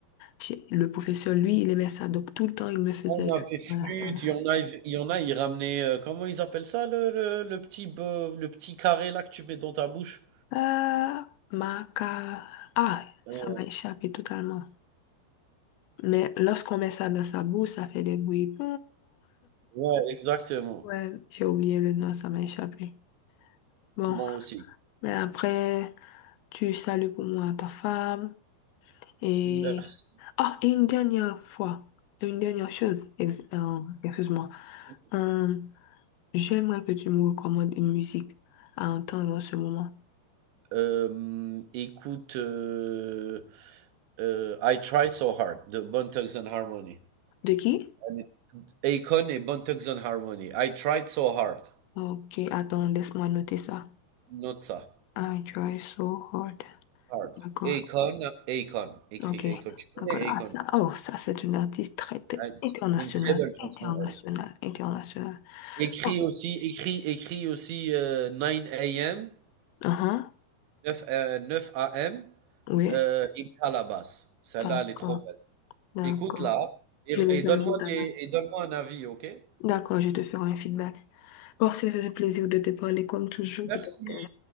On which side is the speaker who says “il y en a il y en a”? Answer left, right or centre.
Right